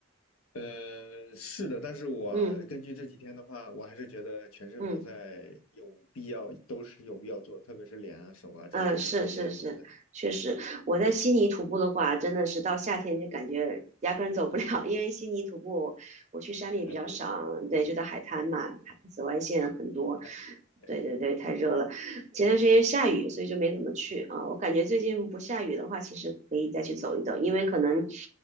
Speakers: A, on the left; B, on the right.
A: 呃，是的，但是我根据这几天的话，
B: 嗯
A: 我还是觉得全身防晒有必要，
B: 嗯。
A: 都是有必要做，特别是脸啊、手啊之类的这些防晒，
B: 嗯，是是是，确实，我在悉尼徒步的话，真的是到夏天就感觉压根走不了，因为悉尼徒步我去山里比较少，
A: 太热
B: 对，就在海滩嘛，海紫外线很多，
A: 那太热了，太热了。
B: 对对对，太热了。前段时间下雨，所以就没怎么去啊。我感觉最近不下雨的话，其实可以再去走一走，因为可能